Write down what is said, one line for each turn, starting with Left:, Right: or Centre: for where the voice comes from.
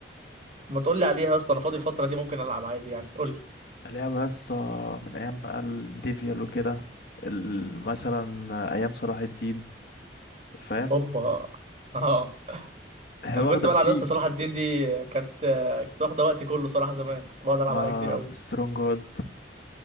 Right: ما تقول
Left: تش-
Right: لي عليها يا اسطى انا فاضي الفتره دي ممكن العب عادي يعني قول لي
Left: لعبة يا اسطى من أيام بقى الميديفيال وكده ال- مثلا أيام صلاح الدين فاهم
Right: هوبا <laughs> اه
Left: هي
Right: انا
Left: واخدة
Right: كنت بلعب
Left: السيج
Right: يا اسطى صلاح الدين دي كانت كانت واخده وقتي كله صراحه زمان كنت بقعد العب
Left: اه
Right: عليها كتير قوي
Left: سترونج هولد